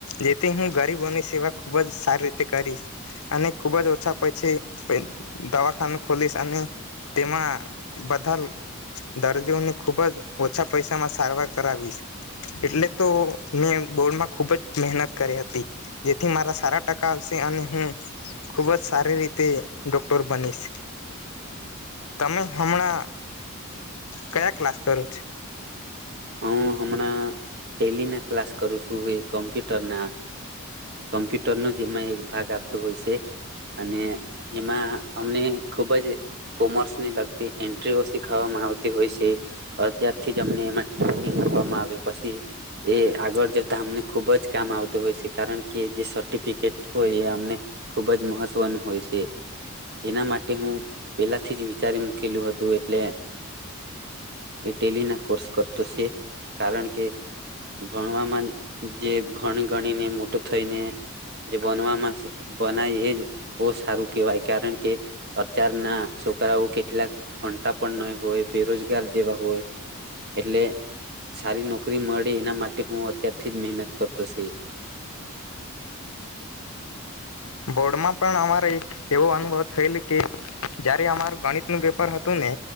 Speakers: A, on the left; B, on the right.
A: જેથી હું ગરીબોની સેવા ખુબ જ સારી રીતે કરીશ અને ખુબ જ ઓછા પછી દવાખાનું ખોલીશ અને તેમાં બધા દર્દીઓને ખૂબ જ ઓછા પૈસામાં સારવાર કરાવીશ એટલે તો મેં બોર્ડમાં ખૂબ જ મહેનત કરી હતી જેથી મારા સારા ટકા આવશે અને હું ખૂબ જ સારી રીતે ડોક્ટર બનીશ તમે હમણાં કયા ક્લાસ કરું છે
B: હું હમણાં ટેલી ના ક્લાસ કરું છું એ કમ્પ્યુટર ના કમ્પ્યુટર જે એક ભાગ આપતો હોય છે અને એમાં અમને ખુબ જ કોમર્સ ને લગતી એન્ટ્રી ઓ શીખ થવામાં આવતી હોય છે અત્યારથી જ અમને એમાં ટ્રેનિંગ આપવામાં આવે પછી એ આગળ જતા અમને ખુબ જ કામ આવતું હોય છે કારણ કે જે સર્ટિફિકેટ હોય એ અમને ખુબ જ મહત્વનું હોય છે એના માટે હું પેલાથી જ વિચારી મૂકેલું હતું એટલે એ ટેલી ના કોર્સ કરતો છે કારણ કે ભણવામાં જે ભણ ગણીને મોટો થઈને જે બનવામાં બનાય એ જ બહુ સારું કેહેવાય કારણ કે અતારના છોકરાઓ કેટલાક ભણતા પણ નહી હોય બેરોજગાર જેવા હોય એટલે સારી નોકરી મળે એના માટે હું અત્યારથી જ મહેનત કરતો છ
A: બોર્ડમાં પણ અમારે એક એવો અનુભવ થયેલો કે જયારે અમારું ગણિતનું પેપર હતું ને